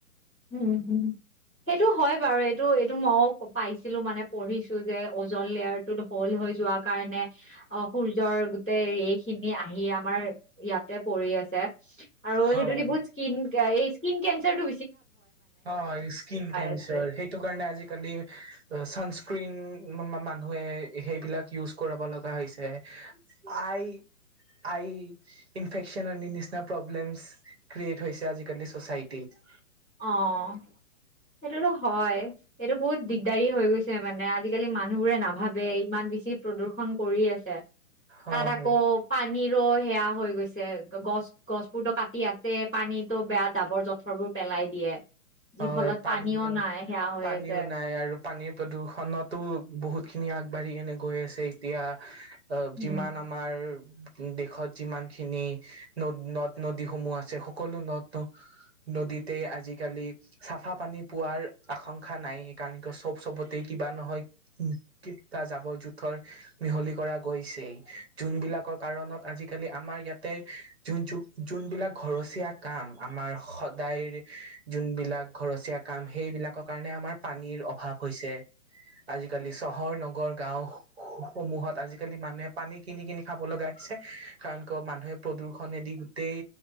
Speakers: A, in the centre; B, on the right.
A: উম, হম। সেইটো হয় বাৰু এইটো এইটো মই পাইছিলো। মানে পঢ়িছো যে ওজন লেয়াৰ ত হ'ল হৈ। যোৱা কাৰণে অ, সূৰ্যৰ গোটেই এই খিনি আহি আমাৰ ইয়াতে পৰি আছে। আৰু
B: হয়।
A: সেইটোদি বহুত স্কিন কে স্কিন কেনচাৰ তো
B: অ, স্কিন কেঞ্চাৰ
A: আছো।
B: সেইটো কাৰণে আজিকালি স্ক্ৰিন মানুহে সেইবিলাক ইউজ কৰা লগা হৈছে। আই আই ইনফেক। নিচি প্ৰব্লেম ক্ৰিয়েট হৈছে আজিকালি চচাইটিত।
A: অ', সেইটোতো হয়। এইটো বহুত দিগদাৰী হৈ গৈছে মানে। আজিকালি মানুহবোৰে নাভাবে ইমান বেছি প্ৰদূ্ষন কৰি আছে।
B: হয়
A: তাত আকৌ পানী ৰয়। সেয়া হৈ গৈছে গছ, গছ বোৰতো কাটি আছে। পানীতটো বেয়া জাবৰ-জথৰবোৰ। পেলাই দিয়ে। যি
B: হয়,
A: ফলত
B: পানী
A: পানীও নাই সেয়া হৈ
B: পানীও
A: আছে
B: নাই আৰু পানীৰ প্ৰদূষণতো বহুত। খিনি আগবাঢ়ি কেনে গৈ আছে এতিয়া। অ,
A: উম
B: যিমান আমাৰ দেশত যিমান খিনি নদ নদ-নদীসমূহ আছে সকলো নদ ন নদীতে আজিকালি চাফা পানী পোৱাৰ আশংকা নাই। সেইকাৰণে চব চবতে কিবা নহয়। তাৰ জাবৰ'জোথৰ মিহলি কৰা গৈছে। যোনবিলাকৰ কাৰণত আজিকালি আমাৰ ইয়াত তে যোন যোনবিলাক ঘৰচীয়া কাম আমাৰ সদায় যোন বিলাক ঘৰচীয়া কাম সেইবিলাকৰ কাৰণে আমাৰ পানীৰ অভাৱ হৈছে। আজিকালি চহৰ, নগৰ, গাও সমূহত আজিকালি মানুহে পানী কিনি কিনি খাব লগাই কাৰণ ক মানুহে প্ৰদূষণেদি গোটেই